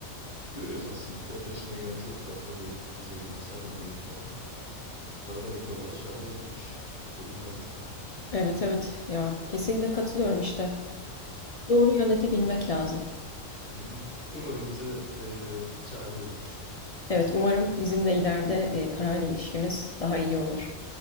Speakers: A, on the left; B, on the left.
A: Görüyoruz aslında depresyona giren çok fazla böyle zengin insan var ünlü falan. Para demek ki onlara çare olmamış. Bu bir kanıtı.
B: Evet evet ya kesinlikle katılıyorum işte. Doğru yönetebilmek lazım.
A: Hı hı. Umarım bize eee, çare olur.
B: Evet umarım bizim de ileride e, parayla ilişkimiz daha iyi olur.